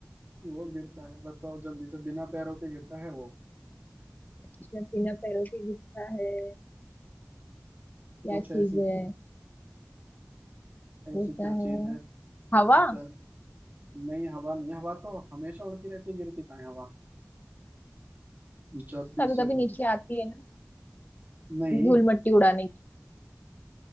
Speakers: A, on the right; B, on the left.
A: वो गिरता है बताओ जल्दी से बिना पैरों के गिरता है वो
B: अच्छा बिना पैरों के गिरता है क्या
A: कुछ
B: चीज
A: ऐसी
B: है
A: ऐसी
B: उड़ता
A: क्या
B: है
A: चीज है
B: हवा
A: जल नहीं हवा नहीं हवा तो हमेशा उड़ती रहती है गिरती कहाँ है हवा जल्दी
B: कभी
A: से
B: कभी
A: बत...
B: नीचे आती है ना
A: नहीं
B: धूल मिट्टी उड़ाने की